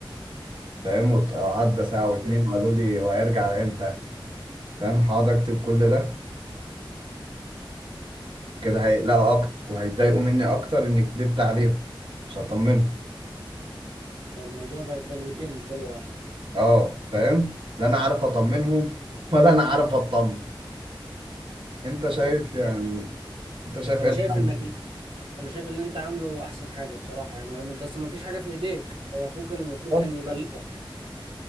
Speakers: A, on the right; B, on the right.
A: فاهم وت- وعدى ساعة واتنين
B: ايوه
A: وقالوا لي وهيرجع على امتى فاهم هقعد اكتب كل ده كده
B: مم.
A: هيقلقوا اكتر وهيتضايقوا مني اكتر اني كدبت عليهم مش هطمنهم
B: فالموضوع بقت بلوتين مش بلوة واحدة
A: اه فاهم لا انا عارف اطمنهم ولا انا عارف اطمن انت شايف
B: طب
A: يعني
B: آه،
A: انت شايف
B: انا
A: ايه الحل
B: شايف انك انا شايف اللي انت عامله احسن حاجة بصراحة يعني ما ما انت اصل ما فيش حاجة في ايديك هو اخوك اللي المفروض
A: بالظبط
B: كان يبلغك